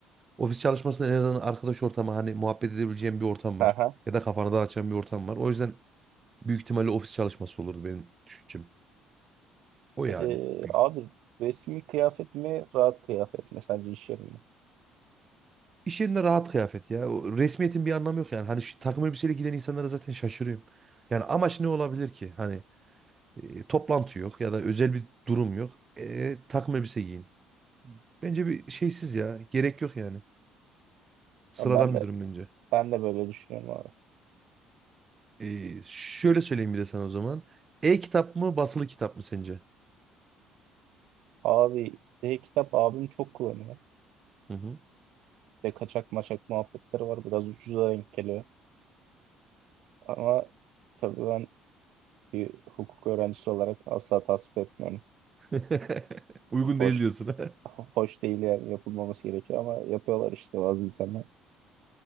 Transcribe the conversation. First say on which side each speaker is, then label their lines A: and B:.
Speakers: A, on the right; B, on the right.
A: ofis çalışmasında en azından arkadaş ortamı hani muhabbet edebileceğim bir ortam
B: Hı
A: var.
B: hı.
A: Ya da kafanı dağıtacağım bir ortam var. O yüzden büyük ihtimalle ofis çalışması olurdu benim düşüncem. O yani.
B: Ee,
A: Büyük
B: abi resmi kıyafet mi rahat kıyafet mi sence iş yerinde?
A: İş yerinde rahat kıyafet ya. O resmiyetin bir anlamı yok yani. Hani şu takım elbiseyle giden insanlara zaten şaşırıyorum. Yani amaç ne olabilir ki? Hani e, toplantı yok ya da özel bir durum yok. E, takım elbise giyin. Bence bir şeysiz ya. Gerek yok yani. Sıradan
B: Ama Ben de
A: bir durum bence.
B: ben de böyle düşünüyorum abi.
A: E, şöyle söyleyeyim bir de sana o zaman. E-kitap mı basılı kitap mı sence?
B: Abi e-kitap abim çok kullanıyor.
A: Hı hı.
B: Ve kaçak maçak muhabbetleri var. Biraz ucuza denk geliyor. Ama tabii ben bir hukuk öğrencisi olarak asla tasvip etmiyorum.
A: <laughs> Uygun
B: Hoş
A: değil diyorsun. <laughs> ha?
B: ho- hoş değil yani yapılmaması gerekiyor ama yapıyorlar işte bazı insanlar.